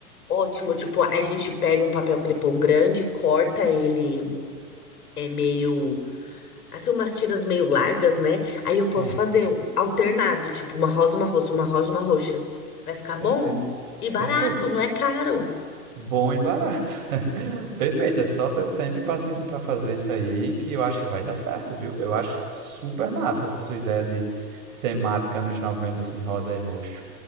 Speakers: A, on the left; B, on the right.
A: Ótimo, tipo, a gente pega um papel crepom grande, corta ele, é meio, assim, umas tiras meio largas, né? Aí eu posso
B: É,
A: fazer um alternado, tipo, uma rosa, uma roxa, uma rosa, uma roxa. Vai ficar
B: perfeito.
A: bom e barato,
B: Perfeito.
A: não é caro.
B: Bom e barato. <laughs> Perfeito, é só ter tempo e paciência para fazer isso aí que eu acho que vai dar certo, viu? Eu acho super massa essa sua ideia de temática anos 90 assim, rosa e roxo.